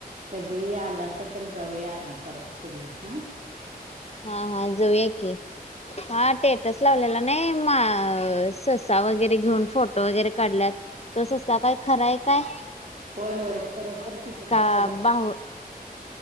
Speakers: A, on the right (about 50°); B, on the left (about 40°).
A: कधी आलं अस तर जाऊया आ परत तुम्ही हा?
B: हा हा जाऊ आहे की हा टेटस लावलेला नाही. <unintelligible> ससा वगैरे घेऊन फोटो वगैरे काढल्यात तस काय खरंय काय
A: होय होय
B: <inaudible>
A: खरोखर तिथं
B: का
A: ससंब
B: बाहु.